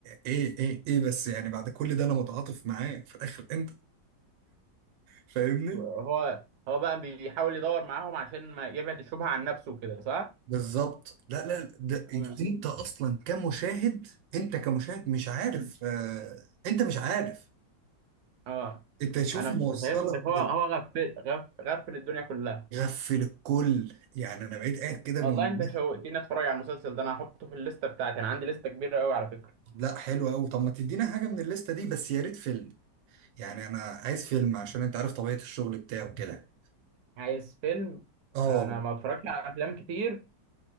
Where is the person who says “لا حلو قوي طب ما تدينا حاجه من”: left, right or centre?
Right